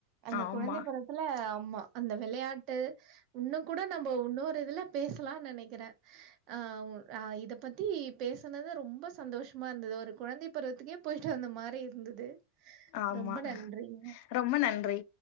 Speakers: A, on the right (about 50°); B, on the left (about 55°).
A: அந்த
B: ஆமா
A: குழந்தைபருவத்துல ஆமா அந்த விளையாட்டு உன்னும் கூட நம்ம உன்னொரு இதுல பேசலா நினைக்கிறே ஆ ஆ இத பத்தி பேசுனது ரொம்ப சந்தோஷமா இருந்தது ஒரு குழந்தை பருவத்துக்கே போயிட்டு வந்த மாரி இருந்துது
B: ஆமா
A: ரொம்ப நன்றிங்க
B: ரொம்ப நன்றி